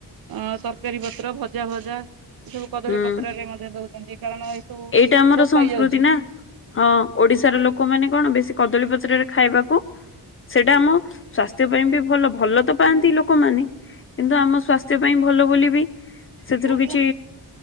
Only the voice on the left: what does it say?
ହୁଁ
ଏଇଟା ଆମର
ସଂସ୍କୃତି
ନା ହଁ ଓଡିଶାର ଲୋକ ଲୋକମାନେ କଣ ବେଶୀ କଦଳୀ ପତ୍ରରେ ଖାଇବାକୁ ସେଇଟା ଆମ ସ୍ଵାସ୍ଥ୍ୟ ପାଇଁ ବି ଭଲ ଭଲ ତ ପାଆନ୍ତି ଲୋକମାନେ କିନ୍ତୁ ଆମ ସ୍ଵାସ୍ଥ୍ୟ ପାଇଁ ଭଲ ବୋଲି ବି ସେଥିରୁ
କିଛି